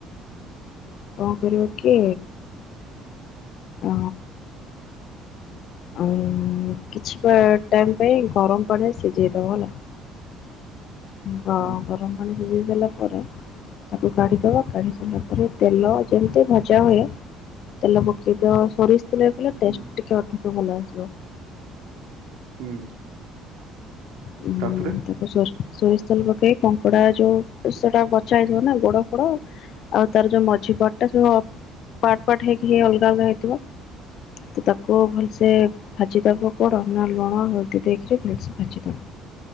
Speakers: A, on the left (about 60°); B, on the right (about 85°).
A: କଣ କରିବ କି ଆ ଆ କିଛି ଟାଇମ ପାଇଁ ଗରମ ପାଣି ସିଝେଇଦବ ହେଲା ବା
B: ହୁଁ
A: ଗରମ ପାଣି ସିଝେଇ ଦେଲା ପରେ ତାକୁ କାଢି ଦବ କାଢି ସାରିଲା ପରେ ତେଲ ଯେମିତି ଭଜା ହୁଏ। ତେଲ ପକେଇଦିଅ ସୋରିଷ ତେଲିଲ ଟେଷ୍ଟ
B: ହୁଁ
A: ଟିକେ ଅଧିକ ଭଲ ଆସିବ।
B: ହୁଁ।
A: ହୁଁ
B: ତାପରେ
A: ତାପ ସୋ ସୋରି ତେଲ ପକେଇ କଙ୍କଡା ଯୋଉ ସେଟା ବଚାଥିବ ନା ଗୋଡ ଫୋଡ ଆଉ ତାର ଯୋଉ ମଝି ପଟା ସବୁ ପାର୍ଟ ପାର୍ଟ ହେଇକି ହେଇ ଅଲଗା ଅଲଗା ହେଇଥିବ। ତ ତାକୁ ଭଲସେ ଭାଜିଦବ କଣ ନା ଲୁଣ ହଳଦୀ ଦେଇକରି ଭଲସେ ଭାଜିଦବ।